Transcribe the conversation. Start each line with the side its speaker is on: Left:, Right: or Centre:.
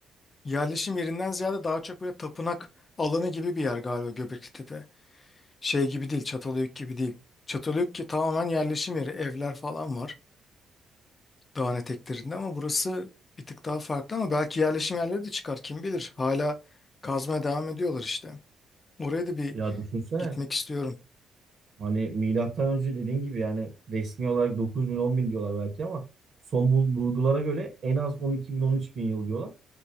Left: yerleşim yerinden ziyade daha çok böyle tapınak alanı gibi bir yer galiba Göbeklitepe. Şey gibi değil, Çatalhöyük gibi değil. Çatalhöyük ki tamamen yerleşim yeri, evler falan var dağın eteklerinde ama burası bir tık daha farklı ama belki yerleşim yerleri de çıkar kim bilir. Hala kazmaya devam ediyorlar işte. Oraya da bir
Right: Ya düşünsene
Left: gitmek istiyorum.
Right: hani milattan önce dediğin gibi yani resmi olarak dokuz bin on bin diyorlar belki ama son bul- bulgulara göre en az on on iki bin on üç bin yıl diyorlar.